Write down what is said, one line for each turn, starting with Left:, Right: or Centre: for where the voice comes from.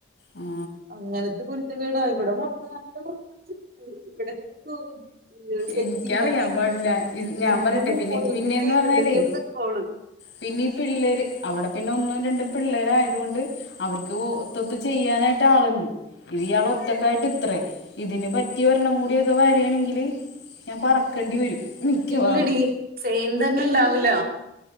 Left: ആ
Right: അങ്ങനത്തെ കുരുത്തകേടാ ഇവിടെ മൊത്തം നല്ല കുറ ചെയ്യ ഉ ഇവിടക്ക പോ സെറ്റീമ
Left: എനിക്കറിയാൻ
Right: ക കേറിയിട്ട്
Left: പാടില്ല ഇത് ഞാൻ
Right: ഏറ്റവും
Left: പറയട്ടെ
Right: മുമുകളിലട്ട്
Left: പിന്നെ പിന്നെ
Right: ടേബിളിൽ
Left: എന്ന് പറഞ്ഞാലേ
Right: കയറിതക്കവള്
Left: പിന്നെ ഈ പിള്ളേര് അവിടെ പിന്നെ ഒന്നും രണ്ടും പിള്ളേര ആയതു കൊണ്ട് അവർക്ക് ഒത്തൊത്ത് ചെയ്യാനായിട്ട് ആളുണ്ട് ഇത് ഇയാള് ഒറ്റക്കായിട്ട് ഇത്രേം ഇതിന് പറ്റ് <unintelligible> ഒരെണ്ണം കൂടിയൊക്കെ വരേണങ്കില് ഞാൻ പറ ക്കണ്ടി വരും മിക്കവാറും
Right: ഇല്ലടി സെയിം തന്നെ ഉണ്ടാവൂല